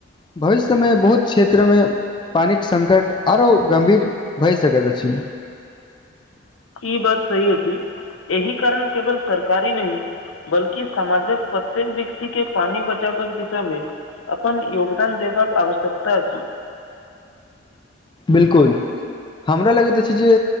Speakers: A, on the left (about 20°); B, on the left (about 80°).
A: भविष्यमे बहुत क्षेत्रमे पानिक संकट आरो गम्भीर भए सकैत अछि
B: ई बात सही अछि एहि कारण केवल सरकारी नहि बल्कि समाजक प्रत्येक व्यक्तिके पानी बचावै के दिशामे अपन योगदान देबाक आवश्यकता अछि।
A: बिल्कुल हमरा लगैत अछि जे